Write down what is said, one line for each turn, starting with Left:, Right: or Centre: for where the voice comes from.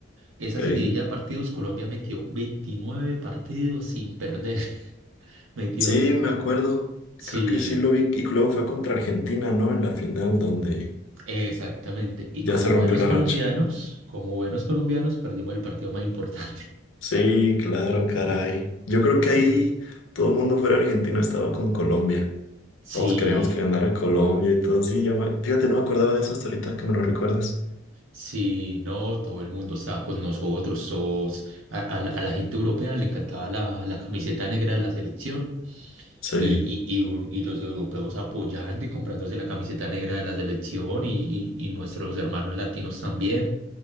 Right: Esa
Left: ok.
Right: seguidilla de partidos, Colombia metió 29 partidos sin perder, <laughs> metió,
Left: Sí, me acuerdo.
Right: sí.
Left: Creo que sí lo vi. Y luego fue contra Argentina, ¿no? En la final donde
Right: Exactamente. Y
Left: Ya
Right: como
Left: se rompió
Right: buenos
Left: la
Right: colombianos,
Left: racha.
Right: como buenos colombianos, perdimos el partido más importante. <laughs>
Left: Sí, claro, caray. Yo creo
Right: Sí.
Left: que ahí todo el mundo fuera argentino estaba con Colombia. Todos
Right: Sí,
Left: queríamos que ganara Colombia y todo así. ya me- Fíjate, no me acordaba de eso hasta ahorita que me lo recuerdas.
Right: sí, no, todo el mundo estaba con nosotros. sos- a, a la a la gente europea le encantaba la, la camiseta negra de la selección
Left: Sí.
Right: y, y, y, un- y los europeos apoyando y comprándose la camiseta negra de la selección y, y, y nuestros hermanos latinos también.